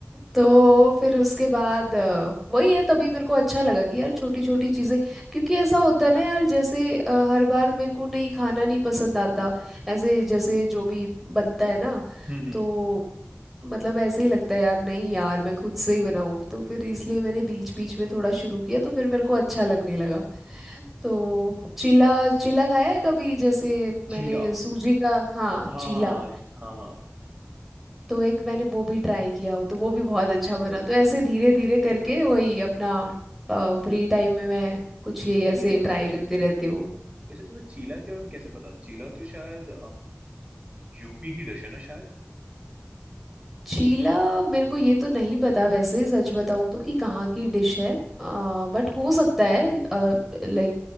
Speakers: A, in the centre; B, on the right.
A: तो फिर उसके बाद अ, वही है तभी मेरे को अच्छा लगा कि यार छोटी छोटी चीज़ें क्योंकि ऐसा होता है ना यार जैसे अ, हर बार मेरे को नहीं खाना नहीं पसंद आता ऐसे जैसे जो भी बनता है ना
B: हम्म हम्म
A: तो मतलब ऐसे ही लगता है यार नहीं यार मैं खुद से ही बनाऊं तो फिर इसलिए मैंने बीच बीच में थोड़ा शुरू किया तो फिर मेरे को अच्छा लगने लगा तो चीला चीला खाया है कभी जैसे
B: चीला
A: मैंने सूजी का हाँ
B: हाँ हाँ
A: चीला
B: हाँ हाँ हाँ
A: तो एक मैंने वो भी ट्राई किया हो तो वो भी बहुत अच्छा बना तो ऐसे धीरे धीरे करके वही अपना फ्री टाइम में मैं कुछ ये
B: सही
A: ऐसे
B: है वैसे
A: ट्राई करती रहती हूँ
B: वैसे तुम्हें चीला के बारे में कैसे पता चीला तो शायद यूपी की डिश है ना शायद
A: चीला मेरे को ये तो नहीं पता वैसे सच बताऊँ तो कि कहाँ की डिश है बट हो सकता है लाइक